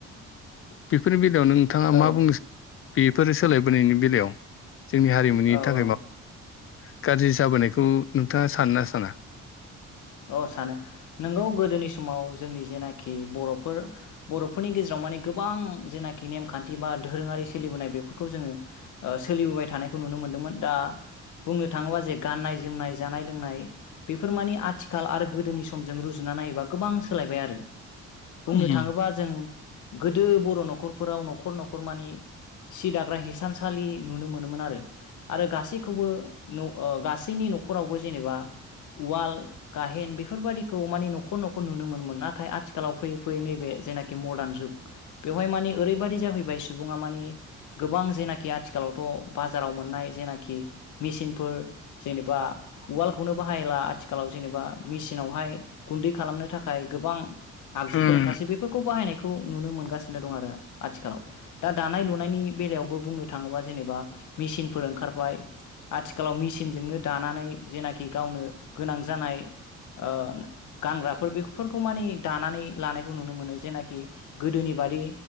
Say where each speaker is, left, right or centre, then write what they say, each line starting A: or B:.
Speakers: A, on the left; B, on the left.
A: बेफोरनि नोंथाङा
B: औ
A: मा बुंनो सा बेफोरो सोलायबोनायनि बेलायाव जोंनि नि
B: औ
A: थाखाय
B: औ
A: बा गाज्रि जाबोनायखौ नोंथाङा सानोना साना
B: अ सानो नोंगौ गोदोनि समाव जोंनि जेनाखि बर'फोर बर' फोरनि गेजेराव माने गोबां जेनाकि नेमखान्थि बा दोहोरोङारि सोलिबोनाय बेफोरखौ जोङो ओ सोलिबोबाय थानायखौ नुनो मोन्दोंमोन दा बुंनो थाङोबा जे गाननाय जोमनाय जानाय लोंनाय बेफोर माने आथिख आरो गोदोनि समजों रुजुना नायोबा गोबां सोलायबाय आरो बुंनो
A: उम
B: थाङोबा जों गोदो बर' न'खरफोराव न'खर न'खर मानि सि दाग्रा हिसानसालि नुनो मोनोमोन आरो आरो गासैखौबो न' ओ गासैनि न'खरावबो जेनेबा उवाल गाहेन बेफोरबादिखौ माने न'खर न'खर नुनो मोनोमोन नाथाय आथिखालाव फैयै फैयै नैबे जेनाकि मडार्न जुग बेवहाय माने ओरैबादि जाफैबाय सुबुङा माने गोबां जेनाकि आथिखालावथ' बाजाराव मोननाय जेनाकि मिसिनफोर जेनेबा उवाल खौनो बाहायला आथिखालाव ज जेनेबा मिसिनावहाय गुन्दै खालामनो थाखाय गोबां आगजुफोर
A: उम
B: ओंखारसै बेफोरखौ बाहायनाय खौ नुनो मोनगासिनो दं आरो आथिखालाव दा दानाय लुनायनि बेलायावबो बुंनो थाङोबा जेबा मिसिनफोर ओंखारबाय आथिखालाव मिसिनजोंनो दानानै जेनाकि गावनो गोनां ज जानाय ओ गानग्राफोर बेखौफोरखौ मानि दानानै लानायखौ नुनो मोनो जेनाखि गोदोनि बादि